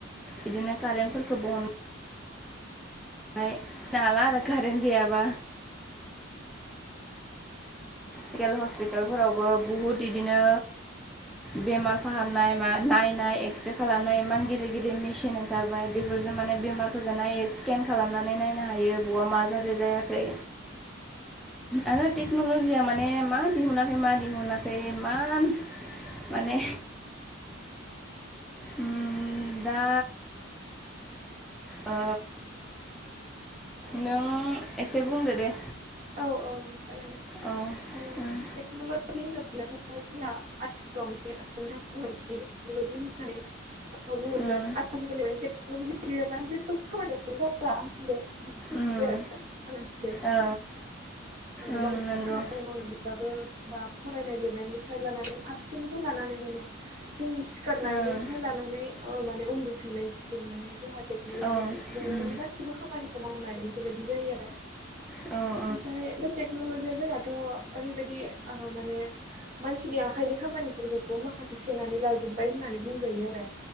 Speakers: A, in the centre; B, on the right.
A: बिदिनो कारेन्टफोरखौ बोहन बाय दा हाला आरो खारेन गैयाबा लकेल हस्पिटालफोरावबो बहुत बिदिनो बेमार फाहामनाय मा नायनाय एक्स्रे खालामनाय इमान गिदिर गिदिर मेसिन ओंखारबाय बेफोर जों माने बेमारफोरफोरखौ नायो स्केन खालामनानै नायनो हायो बहा मा जादों मा जायाखै आरो टेक्न'ल'जिया मा ने मा दिहुनाखै मा दिहुनाखै इमान माने उम दा ओ नों एसे बुंदो दे
B: औ औ जागोन दे
A: औ
B: ओ
A: उम
B: टेक्न'लजि होनो ब्लाथ' जोंना आथिखालाव दा नोंथां बुंनाय बादि लजि होन्नानै बुङोब्ला
A: उम
B: आजिखालि माने टेक्न'लजि गैयाबानो जेबो खामानियावनो जाया ह बियो
A: उम औ
B: <unintelligible>
A: उम
B: बांसिन
A: नंगौ
B: खामानि मावनो बेब्लाबो बा फरायनाय लिरनायनिफ्राय लानानै फारसेनिफ्राय लानानै माने जोंनि सिखारनानैफ्राय
A: उम
B: लानानै ओ माने उन्दुफिननायसिम माने जोंहा टेक्न'लजिमोन
A: औ
B: जों
A: उम
B: दा माने गासिबो खामानिखौ मावनाय बेफोरबायदि जायो आरो
A: औ
B: ओमफ्राय बे टेक्नलजिया जोंनााथ' ओरैबायदि ओ माने मानसिनि आखाइनि खामानि खामानिफोरखौबो माखासे सेनानै लाजोबबाय होननानै बुंजायो आरो